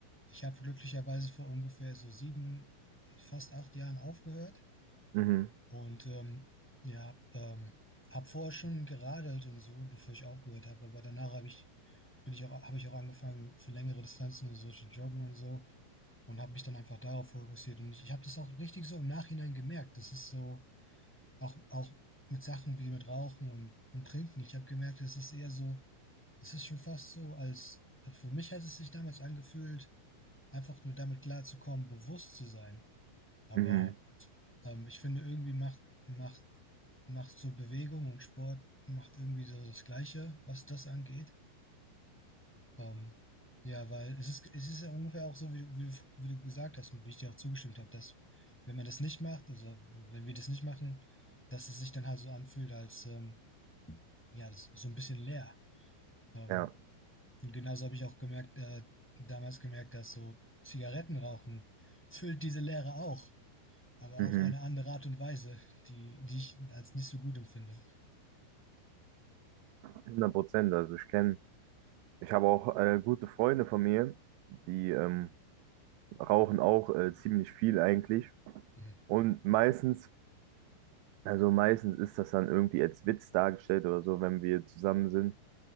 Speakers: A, in the centre; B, on the right (about 90°).
A: Ich habe glücklicherweise vor ungefähr so sieben, fast acht Jahren aufgehört.
B: Mhm.
A: Und ähm, ja, ähm, habe vorher schon geradelt und so, bevor ich aufgehört habe. Aber danach habe ich, bin ich auch, habe ich auch angefangen, für längere Distanzen und so zu joggen und so. Und habe mich dann einfach darauf fokussiert. Und ich, ich habe das auch richtig so im Nachhinein gemerkt. Das ist so, auch, auch mit Sachen wie mit Rauchen und, und Trinken. Ich habe gemerkt, es ist eher so, es ist schon fast so, als für mich hat es sich damals angefühlt, einfach nur damit klarzukommen, bewusst zu sein. Aber
B: Mhm.
A: ähm, ich finde, irgendwie macht, macht macht so Bewegung und Sport macht irgendwie so das Gleiche, was das angeht. Ähm, ja, weil es ist, es ist ja ungefähr auch so, wie, du- wie, du- wie du gesagt hast und wie ich dir auch zugestimmt habe, dass wenn man das nicht macht, also wenn wir das nicht machen, dass es sich dann halt so anfühlt, als ähm, ja, das ist so ein bisschen leer. Ähm,
B: Ja,
A: und genauso habe ich auch gemerkt, äh, damals gemerkt, dass so Zigarettenrauchen füllt diese Leere auch, aber
B: mhm.
A: auf eine andere Art und Weise, die, die ich als nicht so gut empfinde.
B: hundert Prozent. Also ich kenne, ich habe auch äh, gute Freunde von mir, die ähm, rauchen auch äh, ziemlich viel eigentlich.
A: Mhm.
B: Und meistens, also meistens ist das dann irgendwie als Witz dargestellt oder so, wenn wir zusammen sind.